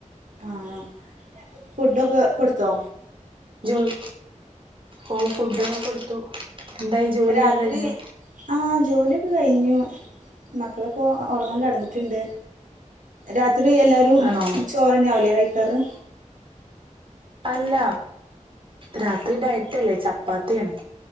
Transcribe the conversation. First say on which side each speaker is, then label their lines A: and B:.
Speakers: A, on the right; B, on the right.
A: ആണോ ഫുഡൊക്കെ കൊടുത്തോ?
B: ജോലി ഓ ഫുഡൊക്കെ കൊടുത്തു. എന്തായി ജോലിയൊക്കെ
A: രാത്രി
B: കഴിഞ്ഞോ
A: ആഹ് ജോലി ഒക്കെ കഴിഞ്ഞു. മക്കളൊക്കെ ഒ ഒറങ്ങാൻ കെടന്നിട്ട്ണ്ട്. രാ ത്രി എല്ലാരും
B: ആണോ
A: ചോറന്നെ ആവൂലെ കഴി കരം
B: അല്ല, രാത്രി ഡയറ്റല്ലേ ചപ്പാത്തിയാണ്.